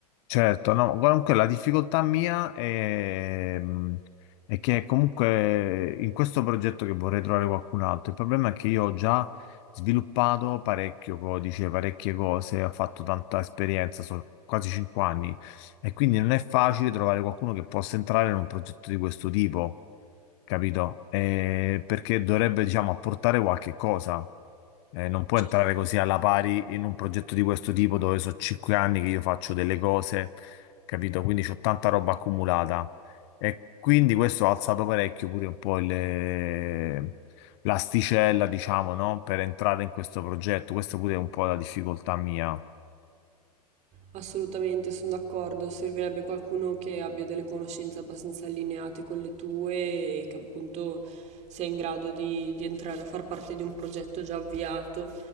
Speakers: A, on the left; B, on the right.
A: Certo, no, comunque la difficoltà mia è, mh, è che comunque in questo progetto che vorrei trovare qualcun altro, il problema è che io ho già sviluppato parecchio codice, parecchie cose, ho fatto tanta esperienza, sono quasi 5 anni e quindi non è facile trovare qualcuno che possa entrare in un progetto di questo tipo, capito? Eh, perché dovrebbe, diciamo, apportare qualche cosa. Eh, non può
B: Certo.
A: entrare così alla pari in un progetto di questo tipo dove so cinque anni che io faccio delle cose, capito? Quindi c'ho tanta roba accumulata. E quindi questo ha alzato parecchio pure un po' il- l'asticella, diciamo, no? Per entrare in questo progetto. Questa pure è un po' la difficoltà mia.
B: Assolutamente, sono d'accordo. Servirebbe qualcuno che abbia delle conoscenze abbastanza allineate con le tue e che appunto sia in grado di, di entrare a far parte di un progetto già avviato,